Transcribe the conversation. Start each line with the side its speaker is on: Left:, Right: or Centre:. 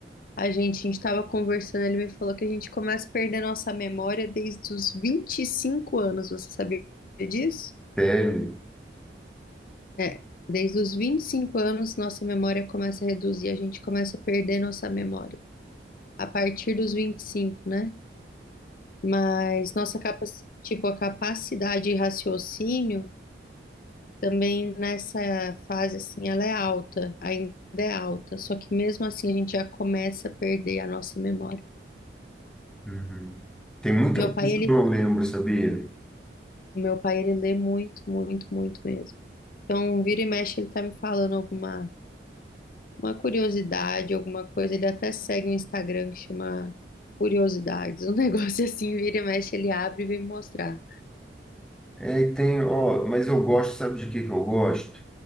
Left: A gente, a gente estava conversando, ele me falou que a gente começa a perder nossa memória desde os 25 anos. Você sabia disso?
Centre: Sério.
Left: É, desde os 25 anos, nossa memória começa a reduzir, a gente começa a perder nossa memória. a partir dos 25, né? Mas nossa capa, tipo, a capacidade de raciocínio também nessa fase assim, ela é alta, ainda é alta, só que mesmo assim a gente já começa a perder a nossa memória.
Centre: Uhum. Tem muita
Left: Meu
Centre: coisa
Left: pai, ele,
Centre: que eu não lembro, sabia?
Left: o meu pai, ele lê muito, muito, muito mesmo. Então, vira e mexe, ele tá me falando alguma uma curiosidade, alguma coisa. Ele até segue um Instagram que chama Curiosidades. Um <laughs> negócio assim, vira e mexe, ele abre e vem me mostrar.
Centre: É, e tem, ó, mas eu gosto, sabe de que que eu gosto?